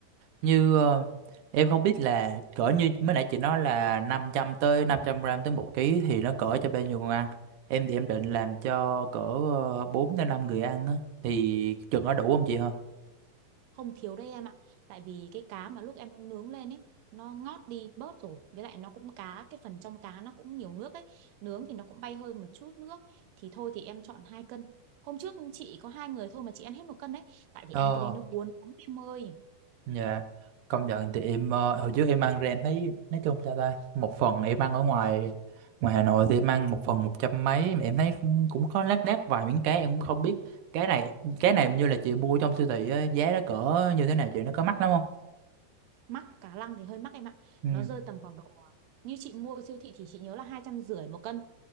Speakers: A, on the right (about 70°); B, on the right (about 85°).
A: như ờ, em không biết là cỡ như mới nãy chị nói là 500 tới 500 gram tới một ký thì nó cỡ cho bao nhiêu người ăn em thì em định làm cho cỡ ờ, 4 đến 5 người ăn á thì chừng có đủ không chị hả
B: không thiếu đây em ạ tại vì cái cá mà lúc em nướng lên ấy nó ngót đi bớt rồi với lại nó cũng cá cái phần trong cá nó cũng nhiều nước ấy nướng thì nó cũng bay hơi một chút nước thì thôi thì em chọn hai cân hôm trước chị có hai người thôi mà chị ăn hết một cân đấy tại vì
A: Ờ,
B: ăn cái đấy nó cuốn lắm em ơi
A: dạ Công nhận thì em ờ, hồi trước em ăn ra em thấy nói chung sao ta một phần em ăn ở ngoài ngoài Hà Nội thì em ăn một phần một trăm mấy mà em thấy cũng cũng có lác đác vài miếng cá em cũng không biết cái này cái này như là chị mua trong siêu thị á, giá nó cỡ như thế nào chị nó có mắc lắm không
B: mắc cá lăng thì hơi mắc em ạ
A: ừ
B: nó rơi tầm khoảng độ như chị mua ở siêu thị thì chị nhớ là hai trăm rưỡi một cân